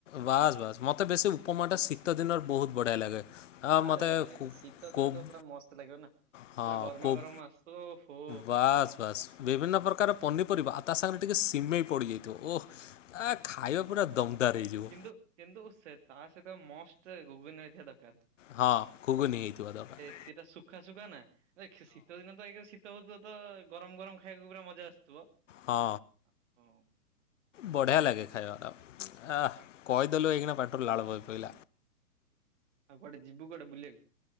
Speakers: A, on the left; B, on the right.
A: ବାସ୍ ବାସ୍ ମତେ ବେଶୀ ଉପମା ଟା ଶୀତ ଦିନରେ ବହୁତ ବଢିଆ ଲାଗେ। ଆଉ
B: ଆରେ
A: ମୋତେ
B: ଆରେ
A: କୋ
B: ଶୀତ ଦିନେ
A: କୋ-
B: ତ ପୁରା ମସ୍ତ ଲାଗିବ ନା ପୁରା
A: ହଁ
B: ଗରମା
A: କୋ
B: ଗରମ ଆସୁଥିବ ଓହୋ।
A: ବାସ୍ ବାସ୍। ବିଭିନ୍ନ ପ୍ରକାର ପନିପରିବା ଆ ତା ସାଙ୍ଗରେ ଟିକେ ସିମେଇ ପଡ଼ିଯାଇଥିବ ଓହ ଆ ଖାଇବା ପୁରା ଦମଦାର ହେଇଯିବ।
B: ତୁ କିନ୍ତୁ ସେ ତା ସହିତ ମଷ୍ଟ ଗୁଗୁନି ହେଇଥିବା ଦରକାର।
A: ହଁ ଖୁଗୁନି ହେଇଥିବା ଦରକାର।
B: ସେଇଟା ସୁଖା ସୁଖା ନା ନାକ ଶୀତ ଦିନ ତ ଏକ ସିତ ତ ହଉଥିବ ତ ଗରମ ଗରମ ଖାଇବାକୁ ପୁରା ମଜା ଆସୁଥିବ।
A: ହଁ।
B: ଆପଣ।
A: ବଢ଼ିଆ ଲାଗେ ଖାଇବାଟା ଆ କହିଦେଲୁ ଏଇଖିନା ପାଟି ରୁ ଲାଳ ବୋହିପଇଲା।
B: ଆଉ କୁଆଡେ ଯିବୁ କୁଆଡେ ବଲିବାକୁ?